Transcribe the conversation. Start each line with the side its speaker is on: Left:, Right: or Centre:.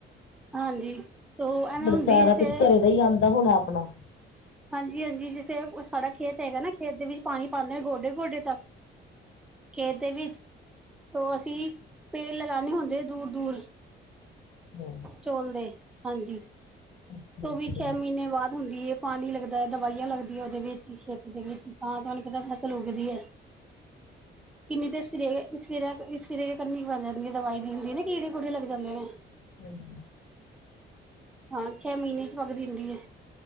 Centre: ਹਾਂਜੀ ਤੋ ਐਵੇਂ
Left: ਫਿਰ
Centre: ਹੁੰਦੀ
Left: ਸਾਰਾ
Centre: ਹੈ ਜਿਸੇ
Left: ਕੁਛ ਘਰੇ ਦਾ ਹੀ ਆਂਦਾ ਹੋਣਾ ਆਪਣਾ।
Centre: ਹਾਂਜੀ-ਹਾਂਜੀ ਜਿੱਥੇ ਉ ਸਾਡਾ ਖੇਤ ਹੈਗਾ ਨਾ ਖੇਤ ਦੇ ਵਿੱਚ ਪਾਣੀ ਪਾਨੇ ਆ ਗੋਡੇ-ਗੋਡੇ ਤੱਕ। ਖੇਤ ਦੇ ਵਿੱਚ ਤੋ ਅਸੀਂ ਪੇੜ ਲਗਾਨੇ ਹੁੰਦੇ ਦੂਰ-ਦੂਰ।
Left: ਹਾਂ
Centre: ਚੌਲ ਦੇ ਹਾਂਜੀ
Left: ਅੱਛਾ
Centre: ਉਹ
Left: ਅੱਛਾ
Centre: ਵੀ ਛੇ ਮਹੀਨੇ ਬਾਦ ਹੁੰਦੀ ਹੈ। ਪਾਣੀ ਲੱਗਦਾ, ਦਵਾਈਆਂ ਲੱਗਦੀਆਂ ਉਹਦੇ ਵਿੱਚ ਖੇਤ ਦੇ ਵਿੱਚ ਤਾਂ ਤੁਹਾਨੂੰ ਪਤਾ ਫਸਲ ਉੱਗਦੀ ਹੈ। ਕਿੰਨੀ ਦੇ <unintelligible> <unintelligible> ਇਸ ਸਿਰੇ ਇਹ ਕੰਨੀ ਬਣ ਜਾਂਦੀ ਹੈ ਦਵਾਈ ਨੀ ਹੁੰਦੀ ਨਾ ਕੀੜੇ ਕੂੜੇ ਲੱਗ ਜਾਂਦੇ ਨੇ।
Left: ਹਾਂ
Centre: ਹਾਂ ਛੇ ਮਹੀਨੇ ਚ ਵਗ ਦਿੰਨੀ ਏ।